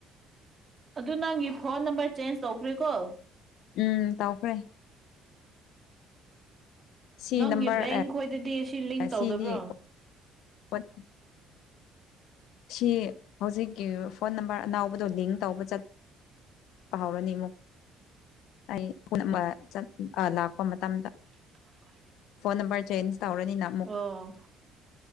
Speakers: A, on the right; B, on the left.
A: ꯑꯗꯨ ꯅꯪꯒꯤ ꯐꯣꯟ ꯅꯝꯕꯔ ꯆꯦꯟꯖ ꯇꯧꯈ꯭ꯔꯦꯀꯣ꯫
B: ꯎꯝ ꯇꯧꯈ꯭ꯔꯦ꯫ ꯁꯤ
A: ꯅꯪꯒꯤ
B: ꯅꯝꯕꯔ
A: ꯕꯦꯡ
B: ꯑꯦ
A: ꯈꯣꯏꯗꯗꯤ ꯁꯤ ꯂꯤꯡ ꯇꯧꯗꯕ꯭ꯔꯣ
B: ꯁꯤꯗꯤ ꯑꯣꯠ ꯁꯤ ꯍꯧꯖꯤꯛꯀꯤ ꯐꯣꯟ ꯅꯝꯕꯔ ꯑꯅꯥꯎꯕꯗꯣ ꯂꯤꯡ ꯇꯧꯕ ꯆꯠ ꯇꯍꯧꯔꯅꯤ ꯑꯃꯨꯛ꯫ ꯑꯩ ꯄꯨꯟ ꯑꯃꯥ ꯆꯠ ꯂꯛꯄ ꯃꯇꯝꯗ
A: <inaudible>
B: ꯐꯣꯟ ꯅꯝꯕꯔ ꯆꯦꯟꯖ ꯇꯧꯔꯅꯤ ꯅꯪ
A: ꯑꯣ꯫